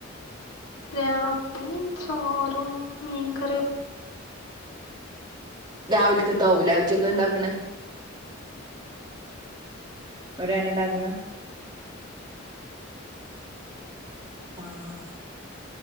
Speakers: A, on the left (about 80°); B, on the right (about 25°).
A: രാത്രി ചോറും മീൻകറിയും
B: രാവില്ക്കത്താവൂലെ ഉച്ചക്കെ ഇണ്ടാക്കണെ ഒരാര് ഇണ്ടാക്കണ് ആഹ്